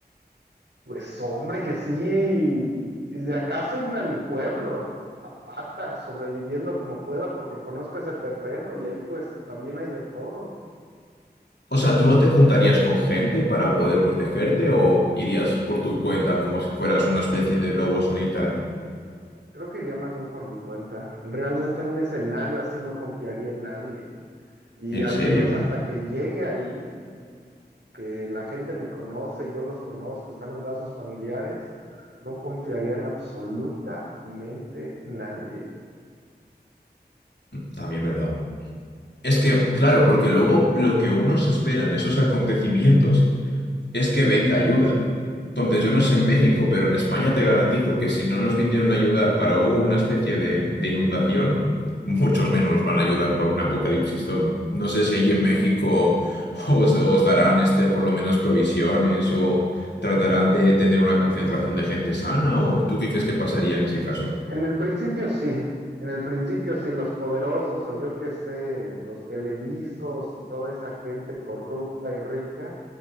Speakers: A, on the right; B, on the left.
A: pues hombre, que sí. ¿Y de acaso irme a mi pueblo, a pata, sobreviviendo como pueda, porque conozco ese terreno y ahí pues también hay de todo.
B: O sea, ¿tú no te juntarías con gente para poder protegerte o irías por tu cuenta como si fueras una especie de lobo solitario?
A: Creo que iría más bien por mi cuenta. Realmente en un escenario así no confiaría en nadie. Y
B: ¿En
A: al
B: serio?
A: menos hasta que llegue ahí. que la gente me conoce, yo los conozco, están los lazos familiares, no confiaría en absolutamente nadie.
B: También verdad. Es que, claro, porque luego lo que unos esperan en esos acontecimientos es que venga ayuda. Entonces, yo no sé en México, pero en España te garantizo que si no nos vinieron a ayudar para una especie de, de inundación, muchos menos nos van a ayudar para un apocalipsis zombie. No sé si allí en México os, os darán este, por lo menos provisiones o tratarán de tener una concentración de gente sana o ¿tú qué crees que pasaría en ese caso?
A: En el principio sí, en el principio sí, los poderosos o yo qué sé, los televisos y toda esa gente corrupta y rica,